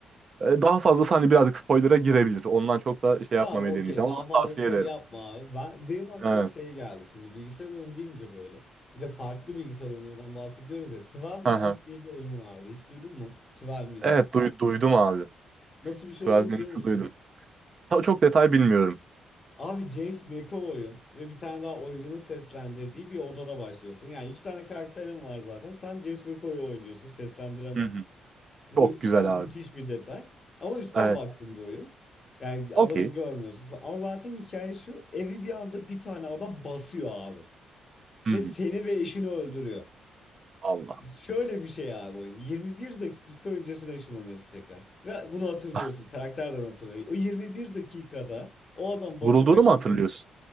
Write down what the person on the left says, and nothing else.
Tamam okey
daha
fazla
şey
yapma abi. Ben, benim aklıma
şey geldi şimdi bilgisayar oyunu deyince böyle. Bir de farklı bilgisayar oyunlarından bahsediyoruz ya. 12
Minutes
diye bir oyun vardı. Hiç duydun mu? 12 Minutes.
Nasıl bir şey
olduğunu
biliyor musun?
Abi James McAvoy'un ve bir tane daha oyuncunun seslendirdiği bir odada başlıyorsun. Yani iki tane karakterin var zaten. Sen James McAvoy'u oynuyorsun. Seslendiren o.
Bu
şu müthiş
bir detay. Ama üstten
baktığım bir oyun. Yani
adamı görmüyorsun. Ama zaten hikaye şu. Evi bir anda bir tane adam basıyor abi.
Ve
seni ve eşini öldürüyor.
Şöyle bir şey abi oyun. 21 dakika öncesine ışınlanıyorsun tekrar. Ve bunu hatırlıyorsun.
Karakterden hatırlıyor. O 21 dakikada o adam basacak
gibi